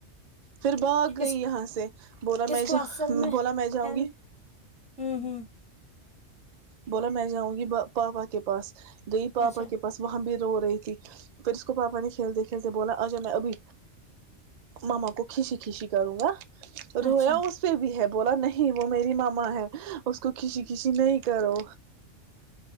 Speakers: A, on the right (about 85°); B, in the centre.
A: پھر باگ
B: اس
A: گئی یہاں سے بولا
B: اس
A: میں
B: کو
A: جاؤ
B: اصل
A: بولا میں جاؤں
B: ہے
A: گی
B: ن- ہوں ہوں
A: بولا میں جاؤں گی پاپا کے پاس د پاپا
B: اچھا
A: کے پاس وہاں بھی رو رہی تھی پھر اس کو پاپا نے کھیلتے کھیلتے بولا آجا میں ابھی ماما کو کھچی کھیچی کروں گا رویا
B: اچھا
A: اس پہ بھی ہے بولا نہیں وہ میری ماما ہے اس کو کھچی کھچی نہیں کرو